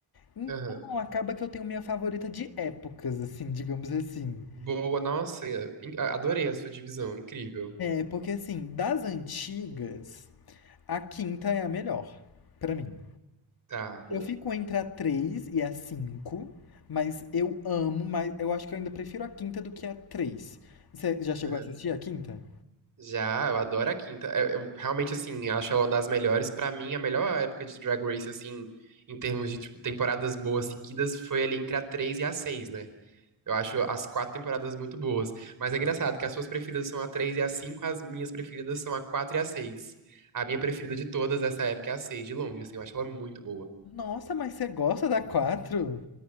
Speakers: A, on the left; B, on the right.
A: Então,
B: aham.
A: acaba que eu tenho minha favorita de épocas, assim, digamos assim.
B: Boa, nossa, é, in- a- adorei a sua divisão, incrível.
A: É, porque assim, das antigas, a quinta é a melhor, pra mim.
B: Tá, bom.
A: Eu fico entre a 3 e a 5, mas eu amo, mas eu acho que eu ainda prefiro a quinta do que a três. Você já chegou
B: Aham.
A: a assistir a quinta?
B: Já, eu adoro a quinta. Eu, eu realmente, assim, acho ela uma das melhores. Pra mim, a melhor época de Drag Race, assim, em termos de, tipo, temporadas boas seguidas, foi ali entre a 3 e a seis né? Eu acho as quatro temporadas muito boas. Mas é engraçado que as suas preferidas são a 3 e a cinco as minhas preferidas são a 4 e a seis A minha preferida de todas essa época é a 6 de longe, assim, eu acho ela muito boa.
A: Nossa, mas você gosta da quatro?